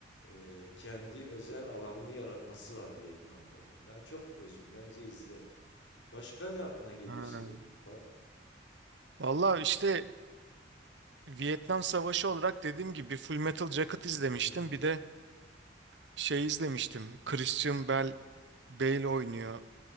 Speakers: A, on the left; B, on the right.
A: e, kendi özel alanını yaratması var Vietnam'da. Ben çok özgün. Bence izle. Başka ne aklına geliyor
B: ha.
A: senin? Ba-
B: Valla işte Vietnam Savaşı olarak dediğim gibi Full Metal Jacket izlemiştim.
A: Hı hı.
B: Bir de şey izlemiştim. Christian Bale, Bale oynuyor